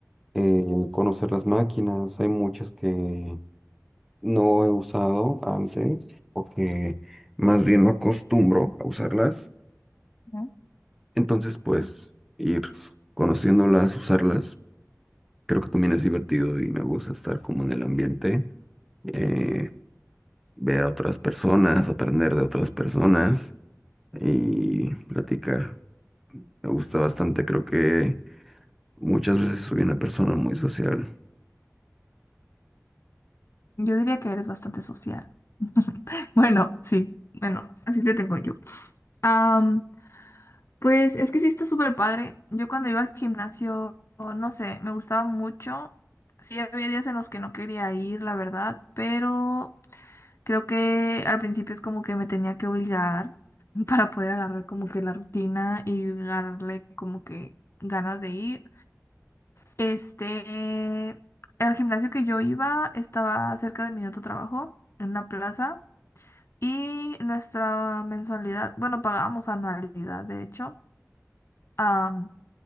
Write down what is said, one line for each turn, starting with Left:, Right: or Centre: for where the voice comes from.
Centre: eh, conocer las máquinas. Hay muchas que no he usado antes porque más bien no acostumbro a usarlas.
Left: Ujú.
Centre: Entonces, pues ir conociéndolas, usarlas, creo que también es divertido y me gusta estar como en el ambiente, eh, ver a otras personas, aprender de otras personas y platicar. Me gusta bastante, creo que Muchas veces soy una persona muy social.
Left: Yo diría que eres bastante social. <laughs> Bueno, sí, bueno, así te tengo yo. Am, pues es que sí está súper padre. Yo cuando iba al gimnasio, no sé, me gustaba mucho. Sí, había días en los que no quería ir, la verdad, pero creo que al principio es como que me tenía que obligar <laughs> para poder agarrar como que la rutina y agarrarle como que ganas de ir. Este, el gimnasio que yo iba estaba cerca de mi otro trabajo, en una plaza, y nuestra mensualidad, bueno, pagábamos anualidad, de hecho, am,